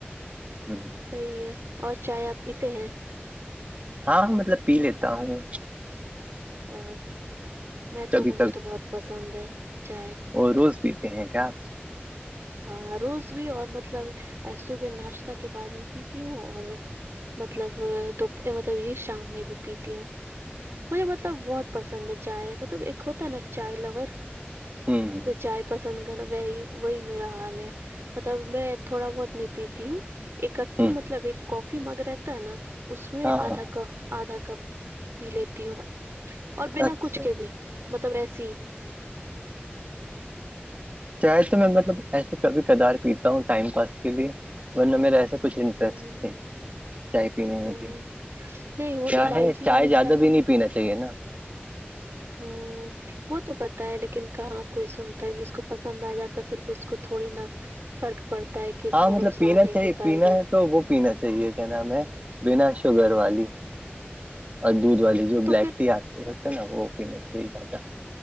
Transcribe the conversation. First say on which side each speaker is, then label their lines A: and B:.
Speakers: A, on the right (about 35°); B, on the right (about 85°).
A: جی
B: صحیح ہے اور چائے آپ پیتے ہیں
A: ہاں مطلب پی لیتا ہوں
B: ا میں
A: کبھی
B: تو مجھے تو بہت پسند ہے چائے
A: وہ روز پیتے ہیں کیا
B: ہاں روز بھی اور مطلب صبح ناشتہ کے بعد بھی پیتی ہوں اور مطلب دو مطلب یہ شام میں بھی پیتی ہوں مجھے مطلب بہت پسند ہے چائے مطلب ایک ہوتا ہے نا چائے لور
A: ہوں
B: تو چائے پسند کر وہی وہی میرا مطلب میں تھوڑا بہت نہیں پیتی ہوں اکٹھے
A: ہوں
B: مطلب ایک کافی مگ رہتا ہے نا اس میں
A: ہاں
B: آدھا
A: ہاں
B: کپ آدھا کپ پی لیتی ہوں اور بنا
A: اچھا
B: کچھ کے بھی مطلب ایسی
A: چاہے تو میں مطلب ایسے کبھی کھار پیتا ہوں ٹائم پاس کے لیے ورنہ میرا ایسے کچھ انٹرسٹ
B: ہوں
A: نہیں چائے پینے
B: ہوں
A: میں بھی
B: نہیں وہ
A: کیا
B: الائچی
A: ہے چائے
B: والی
A: زیادہ بھی نہیں پینا چاہیے نا
B: ھمم وہ تو پت ہے لیکن کہاں کوئی سنتا ہے جس کو پسند آ جاتا ہے پھر وہ اس کو تھوڑی نا فرق پڑتا ہے کہ اس
A: ہاں
B: میں
A: مطلب
B: نقصان
A: پینا
B: ہے
A: چاہیے
B: کہ فائدہ
A: پینا ہے تو وہ پینا چاہیے کیا نام ہے بنا شوگر والی اور دودھ والی جو
B: تو
A: بلیک
B: پھر
A: ٹی آتی تو ہوتا ہے نا وہ پینا چاہی زیادہ